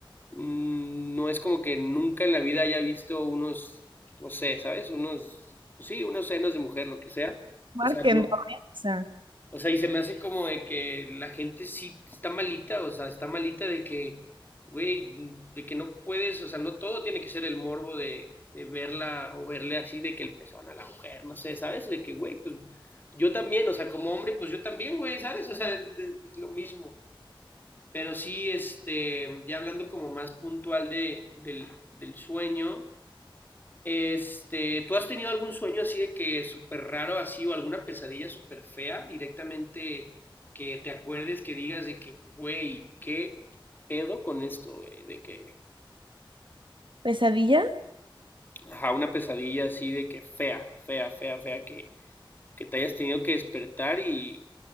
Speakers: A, on the left (about 20°); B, on the right (about 65°).
A: mm, no es como que nunca en la vida haya visto unos, no sé, ¿sabes? Unos, pues sí, unos senos de mujer, lo que sea.
B: marquen
A: O sea, no,
B: dormir, o sea,
A: o sea, y se me hace como de que la gente sí está malita, o sea, está malita de que, güey, de que no puedes, o sea, no todo tiene que ser el morbo de, de verla o verle así, de que el pezón a la mujer, no sé, ¿sabes? De que, güey, pues yo también, o sea, como hombre, pues yo también, güey, ¿sabes? O sea, es es lo mismo. Pero sí, este, ya hablando como más puntual de, del, del sueño, este, ¿tú has tenido algún sueño así de que súper raro así o alguna pesadilla súper fea directamente que te acuerdes que digas de que, güey, qué pedo con esto, güey? De que,
B: pesadilla.
A: ajá, una pesadilla así de que fea, fea, fea, fea, que, que te hayas tenido que despertar y,